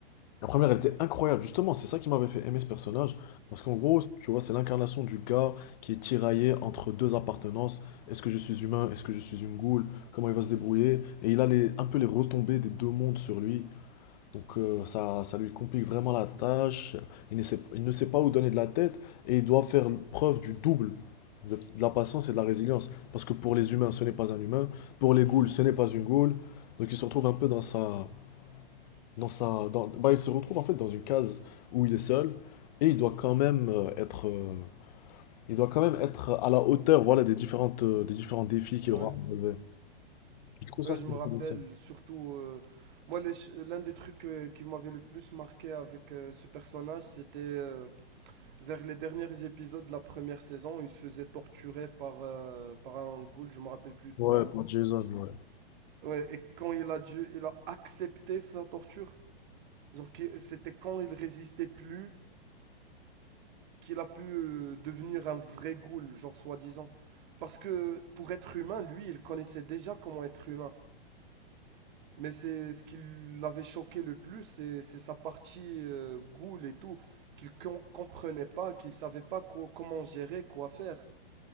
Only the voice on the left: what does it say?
La première elle était incroyable, justement, c'est ça qui m'avait fait aimer ce personnage parce qu'en gros, tu vois, c'est l'incarnation du gars qui est tiraillé entre deux appartenances. Est-ce que je suis humain? Est-ce que je suis une goule? Comment il va se débrouiller? Et il a les, un peu les retombées des deux mondes sur lui. Donc euh, ça, ça lui complique vraiment la tâche. Il ne sait, il ne sait pas où donner de la tête et il doit faire preuve du double de, de la patience et de la résilience. Parce que pour les humains, ce n'est pas un humain. Pour les ghouls, ce n'est pas une ghoul. Donc il se retrouve un peu dans sa... Dans sa dans- bah, il se retrouve en fait dans une case où il est seul et il doit quand même euh, être... euh, il doit quand même être à la hauteur, voilà, des différentes, euh, des différents défis qu'il
aura à relever. Du coup, ça,
c'est
intéressant.
Ouais,
pour Jason, ouais.